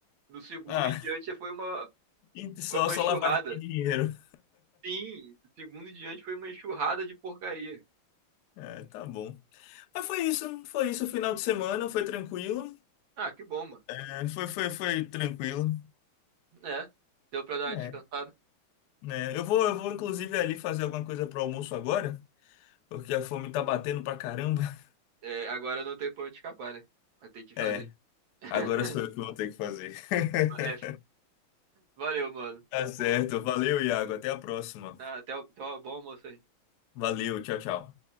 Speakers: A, on the right (about 65°); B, on the left (about 75°).
A: No segundo
B: Ah,
A: em diante foi uma,
B: <laughs> só,
A: Foi uma
B: só
A: enxurrada.
B: lavagem de dinheiro.
A: Sim, do segundo em diante foi uma enxurrada de porcaria.
B: É, tá bom. Ah, foi isso, foi isso o final de semana, foi tranquilo.
A: Ah, que bom, mano.
B: É, foi, foi, foi tranquilo.
A: É, deu pra dar uma
B: É.
A: descansada.
B: Né, eu vou, eu vou inclusive ali fazer alguma coisa pro almoço agora, porque a fome tá batendo pra caramba. <laughs>
A: É, agora não tem pra onde escapar, né? Vai ter que fazer.
B: É,
A: <laughs>
B: agora sou eu que vou ter que fazer. <laughs>
A: É, valeu, mano.
B: Tá certo,
A: Vou-
B: valeu, Iago, até a próxima.
A: ah, Até, o- até o bom almoço aí.
B: Valeu, tchau, tchau.